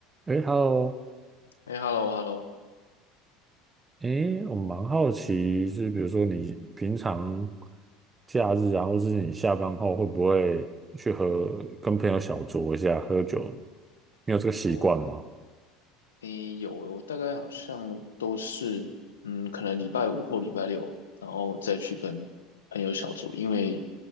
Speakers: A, on the right; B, on the left.
A: 哎，Hello，
B: 哎，hello，hello，
A: 哎，我蛮好奇，就是比如说你平常假日啊，或是你下班后，会不会去和跟朋友小酌一下喝酒？你有这个习惯吗？
B: 哦，哎，有，我大概好像都是，嗯，可能礼拜五或礼拜六，然后再去跟朋友小酌，因为